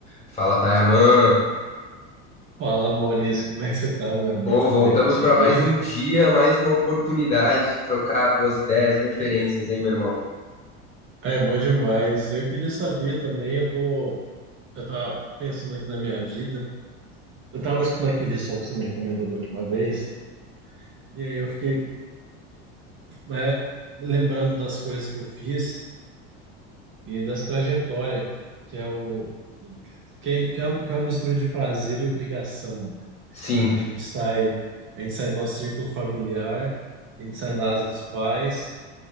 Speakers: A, on the left; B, on the right.
A: Fala, Tayaman.
B: Fala, Maurício, como é que você tá, meu amigo?
A: Pô,
B: Tudo
A: voltamos
B: bem contigo
A: para mais
B: aí?
A: um dia, mais uma oportunidade de trocar boas ideias e referências, hein, meu irmão?
B: É bom demais. Eu queria saber também, eu tô, eu tava pensando aqui na minha vida. Eu tava escutando aquele som que você me recomendou da última vez, e aí eu fiquei, é, lembrando das coisas que eu fiz e das trajetórias, que é o que, que é uma que é uma mistura de prazer e obrigação, né?
A: Sim,
B: A gente sai, a gente sai do nosso círculo familiar, a gente sai da asa dos pais.